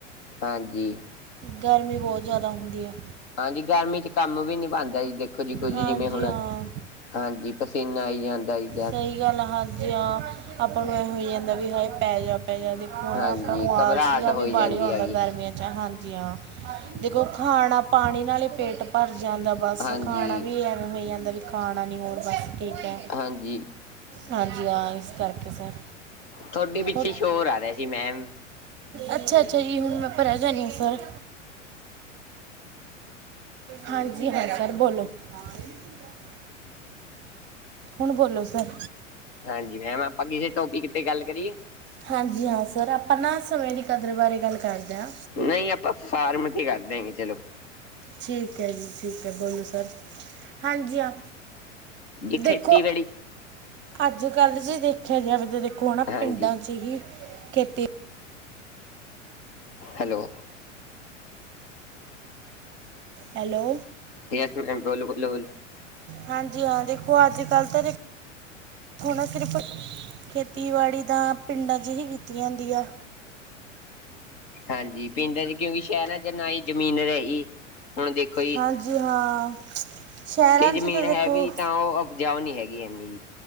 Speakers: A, on the left; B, on the right.
A: ਹਾਂਜੀ
B: ਗਰਮੀ ਬਹੁਤ ਜ਼ਿਆਦਾ ਹੁੰਦੀ ਆ
A: ਹਾਂਜੀ ਗਰਮੀ ਚ ਕੰਮ ਵੀ ਨੀ ਬਣਦਾ ਜੀ ਦੇਖੋ ਜੀ ਕੁਝ ਜਿਵੇਂ
B: ਹਾਂਜੀ
A: ਹੁਣ
B: ਹਾਂ
A: ਹਾਂਜੀ ਪਸੀਨਾ ਆਈ ਜਾਂਦਾ ਜ
B: ਸਹੀ ਗੱਲ ਆ ਹਾਂਜੀ ਹਾਂ ਆਪਾਂ ਨੂੰ ਐ ਹੋਈ ਜਾਂਦਾ ਵੀ ਹਾਏ ਪੈ ਜਾ ਪੈ ਜਾ ਹੁਣ
A: ਹਾਂਜੀ
B: ਆਪਾਂ ਨੂੰ ਆਲਸ
A: ਘਬਰਾਹਟ
B: ਜਿਆ ਆ
A: ਹੋਈ
B: ਵੀ
A: ਜਾਂਦੀ
B: ਬਾੜੀ ਆਉਂਦਾ
A: ਹੈਗੀ
B: ਗਰਮੀਆਂ ਚ ਹਾਂਜੀ ਹਾਂ ਦੇਖੋ ਖਾਣਾ ਪਾਣੀ ਨਾਲ ਈ ਪੇਟ ਭਰ ਜਾਂਦਾ ਬਸ
A: ਹਾਂਜੀ,
B: ਖਾਣਾ ਵੀ ਐਵੇਂ ਹੋਈ ਜਾਂਦਾ ਵੀ ਖਾਣਾ ਨਹੀਂ ਹੋਰ ਬਸ ਠੀਕ ਐ
A: ਹਾਂਜੀ
B: ਹਾਂਜੀ ਹਾਂ ਇਸ ਕਰਕੇ ਸਰ
A: ਤੁਹਾਡੇ ਪਿੱਛੇ
B: ਹੋਰ
A: ਸ਼ੋਰ ਆ ਰਿਹਾ ਸੀ ਮੈਮ
B: ਅੱਛਾ ਅੱਛਾ ਜੀ ਹੁਣ ਮੈਂ ਪਰਾਂ ਜਾਨੀ ਸਰ ਹਾਂਜੀ ਹਾਂ ਸਰ ਬੋਲੋ <inaudible> ਹੁਣ ਬੋਲੋ ਸਰ
A: ਹਾਂਜੀ ਮੈਮ ਆਪਾਂ ਕਿਸੇ ਟੋਪੀਕ ਤੇ ਗੱਲ ਕਰੀਏ
B: ਹਾਂਜੀ ਹਾਂ ਸਰ ਆਪਾਂ ਨਾ ਸਮੇਂ ਦੀ ਕਦਰ ਬਾਰੇ ਗੱਲ ਕਰਦੇ ਆਂ
A: ਨਹੀਂ ਆਪਾਂ ਫਾਰਮ ਤੇ ਕਰ ਦਿਆਂਗੇ ਚੱਲੋ
B: ਠੀਕ ਐ ਜੀ ਠੀਕ ਐ ਬੋਲੋ ਸਰ ਹਾਂਜੀ ਹਾਂ
A: ਜੀ ਖੇਤੀਬਾੜੀ
B: ਦੇਖੋ ਅੱਜ ਕੱਲ੍ਹ ਜੇ ਦੇਖਿਆ ਜਾਵੇ ਤਾਂ ਦੇਖੋ ਹਨਾ
A: ਹਾਂਜੀ
B: ਪਿੰਡਾਂ ਚ ਹੀ ਖੇਤੀ
A: ਹੈਲੋ
B: ਹੈਲੋ
A: <unintelligible>
B: ਹਾਂਜੀ ਹਾਂ ਦੇਖੋ ਅੱਜ ਕੱਲ੍ਹ ਤਾਂ ਦੇਖ ਖੋ ਨਾ ਸਿਰਫ਼ ਖੇਤੀਬਾੜੀ ਤਾਂ ਪਿੰਡਾਂ ਚ ਹੀ ਕੀਤੀ ਜਾਂਦੀ ਆ
A: ਹਾਂਜੀ ਪਿੰਡਾਂ ਚ ਕਿਉਂਕਿ ਸ਼ਹਿਰਾਂ ਚ ਨਾ ਹੀ ਜ਼ਮੀਨ ਰਹੀ ਹੁਣ ਦੇਖੋ ਜੀ,
B: ਹਾਂਜੀ ਹਾਂ ਸ਼ਹਿਰਾਂ
A: ਤੇ ਜ਼ਮੀਨ
B: 'ਚ ਤਾਂ
A: ਹੈ
B: ਦੇਖੋ
A: ਵੀ ਤਾਂ ਉਹ ਊਪਜਾਊ ਨੀਂ ਹੈਗੀ ਏਨੀ ਜੀ